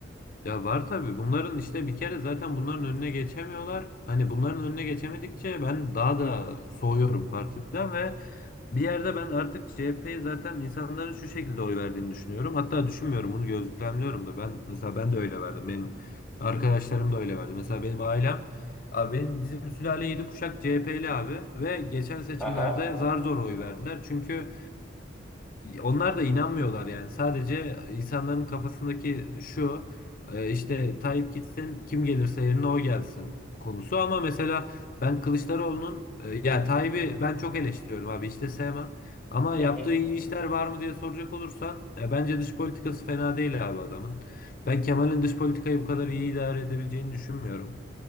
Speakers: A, on the left; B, in the centre.
A: Ya var tabii. Bunların işte bir kere zaten bunların önüne geçemiyorlar. Hani bunların önüne geçemedikçe ben daha da soğuyorum partiden ve bir yerde ben artık CHP'yi zaten insanların şu şekilde oy verdiğini düşünüyorum. Hatta düşünmüyorum bunu gözlemliyorum da. Ben mesela ben de öyle verdim. Benim arkadaşlarım da öyle verdi. Mesela benim ailem abi benim bizim sülale 7 kuşak CHP'li abi ve geçen seçimlerde
B: Aha.
A: zar zor oy verdiler. Çünkü onlar da inanmıyorlar yani. Sadece insanların kafasındaki şu e, işte Tayyip gitsin kim gelirse yerine o gelsin konusu ama mesela ben Kılıçdaroğlu'nun e, ya Tayyip'i ben çok eleştiriyorum abi hiç de sevmem. Ama
B: Hı
A: yaptığı
B: hı.
A: iyi işler var mı diye soracak olursan ya bence dış politikası fena değil abi adamın. Ben Kemal'in dış politikayı bu kadar iyi idare edebileceğini düşünmüyorum.